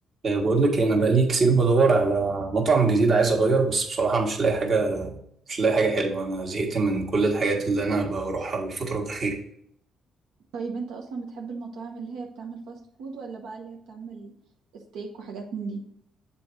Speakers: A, on the right; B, on the right.
A: آه، بقول لك إيه، انا بقالي كتير بدور على مطعم جديد عايز اغير بس بصراحه مش لاقي حاجه مش لاقي حاجه حلوه انا زهقت من كل الحاجات اللي انا بروحها الفتره الاخيره
B: طيب انت اصلا بتحب المطاعم اللي هي بتعمل فاست فود ولا بقى اللي هي بتعمل ستيك وحاجات من دي